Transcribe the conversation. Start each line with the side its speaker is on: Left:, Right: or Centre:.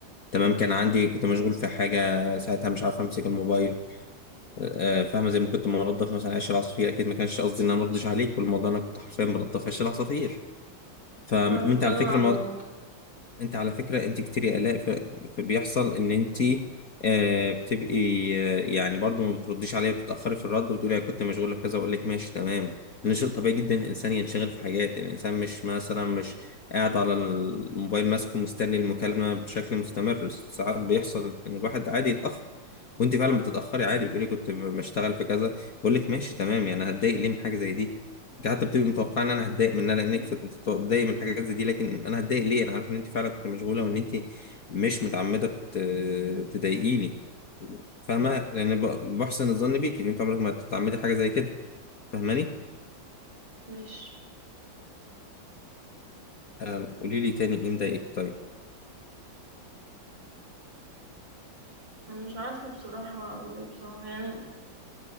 Left: تمام كان عندي كنت مشغول في حاجه ساعتها مش عارف امسك الموبايل آه، آه، فاهمه زي ما كنت منظف مثلا عيش العصافير اكيد ما كانش قصدي ان انا ما ردش عليك والموضوع انا كنت حرفيا بنظف عيش العصافير فانت
Right: انا بتكلم
Left: على فكره
Right: عن الموضوع
Left: انت على فكرة انت كتير قلق ف- فبيحصل ان انت آه بتبقي آه يعني برضو ما بترديش عليا بتتأخري في الرد وبتقولي انا كنت مشغولة بكذا اقول لك ماشي تمام لان شيء طبيعي جدا الانسان ينشغل في حاجات يعني الانسان مش مثلا مش قاعد على الموبايل ماسكه مستني المكالمة بشكل مستمر ساعات بيحصل ان الواحد عادي يتأخر وانت فعلا بتتاخري عادي بتقولي كنت ب- بشتغل في كذا بقول لك ماشي تمام يعني هتضايق ليه من حاجه زي دي انت حتى بتبقي متوقعه ان انا هتضايق منها لانك بتضايق من حاجات زي دي لكن انا هتضايق ليه انا عارف ان انت فعلا كنت مشغوله وان انت مش متعمده ت- تضايقيني فاهمه لان ب- بحسن الظن بيكي ان انت عمرك ما تتعمدي حاجه زي كده فاهماني
Right: مش
Left: أم، قولي لي تاني ايه مضايقك طيب
Right: أنا مش عارفة بصراحة اقول ايه بصراحة يعني